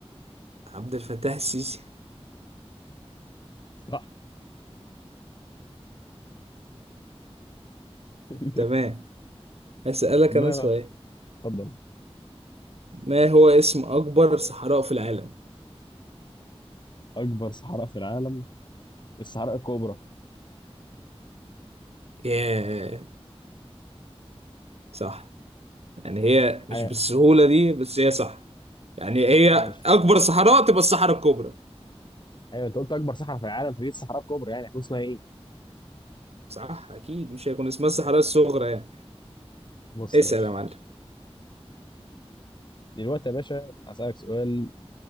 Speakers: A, on the right (about 75°); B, on the left (about 45°).
A: عبد الفتاح السيسي
B: صح <laughs>
A: تمام هسألك
B: ما
A: انا سؤال
B: اتفضل
A: ما هو اسم اكبر صحراء في العالم
B: أكبر صحراء في العالم الصحراء الكبرى
A: ياه صح يعني هي
B: حياة
A: مش بالسهولة دي بس هي صح يعني هي
B: ماشي
A: اكبر صحراء تبقى الصحراء الكبرى
B: ايوه انت قلت اكبر صحراء في العالم فدي الصحراء الكبرى يعني هتكون اسمها ايه؟
A: صح اكيد مش هيكون اسمها الصحراء الصغرى يعني
B: بص
A: اسأل
B: يا باشا
A: يا معلم
B: دلوقتي يا باشا هسألك سؤال